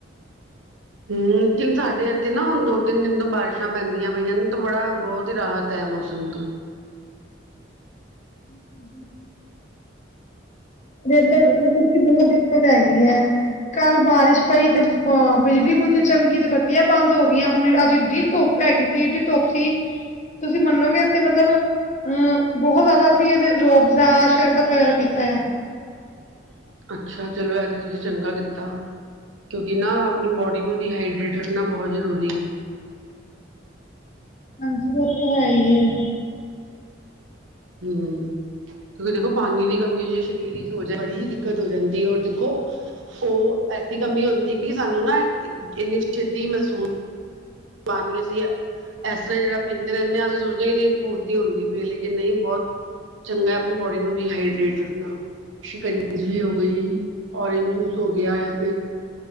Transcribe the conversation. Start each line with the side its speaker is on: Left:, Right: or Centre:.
Right: ਹਮ ਕਿਨ ਸਾਡੇ ਇੱਥੇ ਨਾ ਹੁਣ ਦੋ ਤਿੰਨ ਦਿਨ ਤੋਂ ਬਾਰਿਸ਼ਾਂ ਪੈਂਦੀਆਂ ਪਈਆਂ ਨੇ ਤਾਂ ਬੜਾ ਬਹੁਤ ਹੀ ਰਾਹਤ ਤੈ ਮੌਸਮ ਤੋਂ
Left: ਹਮ <unintelligible> ਇਧਰ ਮਤਲਬ ਕਿ, ਬਹੁਤ ਦਿੱਕਤ ਹੈਗੀ ਆ। ਕੱਲ ਬਾਰਿਸ਼ ਪਈ ਤੇ ਅ ਬਿਜਲੀ ਬੁਜਲੀ ਚਮਕੀ ਤੇ ਬੱਤੀਆਂ ਬੰਦ ਹੋ ਗਈਆਂ ਹੁਣ ਅੱਜ ਧੁਪ ਹੈਗੀ ਸੀ, ਇਹਡੀ ਧੁੱਪ ਸੀ। ਤੁਸੀਂ ਮੰਨੋਗੇ ਅਸੀਂ ਮਤਲਬ ਅਹ ਬਹੁਤ ਜ਼ਿਆਦਾ ਅਸੀਂ ਰੋਅਫਜ਼ਾੱ, ਸ਼ਰਬਤ ਵਗੈਰਾ ਪੀਤਾ ਆ।
Right: ਅੱਛਾ, ਚਲੋ ਇਹ ਤੇ ਤੁਸੀਂ ਚੰਗਾ ਕੀਤਾ ਕਿਉਂਕਿ ਨਾ ਆਪਣੀ ਬੋਡੀ ਨੂੰ ਡੀਹਾਈਡਰੇਟ ਰੱਖਣਾ ਬਹੁਤ ਜ਼ਰੂਰੀ ਹੈ।
Left: ਹਾਂਜੀ, ਉਹ ਤੇ ਹੈ ਹੀ ਏ
Right: ਹੂੰ, ਕਿਉਂਕਿ ਦੇਖੋ ਪਾਣੀ ਦੀ ਕਮੀ ਜੇ ਸਰੀਰ ਚ ਹੋ ਜੇ ਬੜੀ ਦਿੱਕਤ ਹੋ ਜਾਂਦੀ ਔਰ ਦੇਖੋ ਉਹ ਐਸੀ ਕਮੀ ਹੁੰਦੀ ਕਿ ਸਾਨੂੰ ਨਾ ਇੰਨੀ ਛੇਤੀ ਮਹਿਸੂਸ ਪਾਨੀ ਅਸੀ ਹੈ। ਏਸ ਤਰ੍ਹਾਂ ਹੀ ਜਿਹੜਾ ਪੀਂਦੇ ਰਹਿੰਦੇ, ਅਸੀਂ ਸੋਚਦੇ ਕਿ ਨਹੀਂ ਪੂਰਤੀ ਹੁੰਦੀ ਪਈ ਏ, ਲੇਕਿਨ ਨਹੀ ਬਹੁਤ ਚੰਗਾ ਆਪਣੀ ਬੋਡੀ ਨੂੰ ਡੀਹਾਈਡਰੇਟ ਰੱਖਣਾ, ਸ਼ਿਕੰਜਵੀ ਹੋ ਗਈ, ਓਰੇਂਜ ਜੂਸ ਸੋ ਗਿਆ ਜਾਂ ਫਿਰ